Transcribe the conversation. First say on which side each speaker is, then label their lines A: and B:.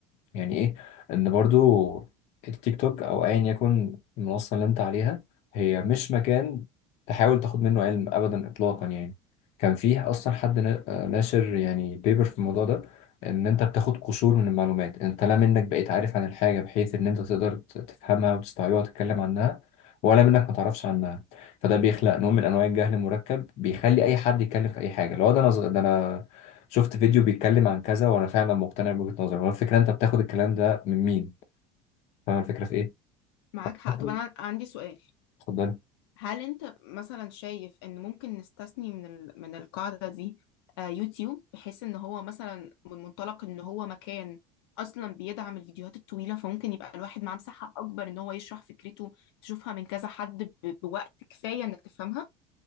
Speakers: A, on the left; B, on the left.
A: يعني ايه ان برضو التيك توك او ايا يكن المنصه اللي انت عليها هي مش مكان تحاول تاخد منه علم ابدا اطلاقا يعني كان فيه اصلا حد نا- ناشر يعني بيبر في الموضوع ده ان انت بتاخد قشور من المعلومات انت لا منك بقيت عارف عن الحاجه بحيث ان انت تقدر ت- تفهمها وتستوعبها وتتكلم عنها ولا منك ما تعرفش عنها فده بيخلق نوع من انواع الجهل المركب بيخلي اي حد يتكلم في اي حاجه لو ده انا صغ- ده انا شفت فيديو بيتكلم عن كذا وانا فعلا مقتنع بوجهه نظري هو الفكره انت بتاخد الكلام ده من مين فاهم الفكره في ايه
B: معاك حق
A: ممكن.
B: طب انا عندي سؤال
A: اتفضل
B: هل انت مثلا شايف ان ممكن نستثني من ال... من القاعدة دي آه، يوتيوب بحيث ان هو مثلا من منطلق ان هو مكان اصلا بيدعم الفيديوهات الطويلة فممكن يبقى الواحد معاه مساحة اكبر ان هو يشرح فكرته تشوفها من كذا حد ب... بوقت كفاية انك تفهمها